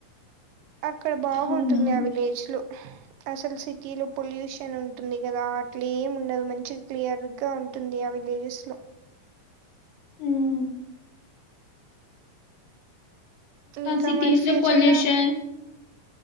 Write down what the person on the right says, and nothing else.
అక్కడ బాగుంటుంది
ఆ విలేజ్లో అసలు సిటీలో పొల్యూషన్ ఉంటుంది కదా క్లీమ్ ఉండదు మంచి క్లియర్గా ఉంటుంది ఆ విలేజెస్లో
ఇంకా
మరి ఫ్యూచర్లో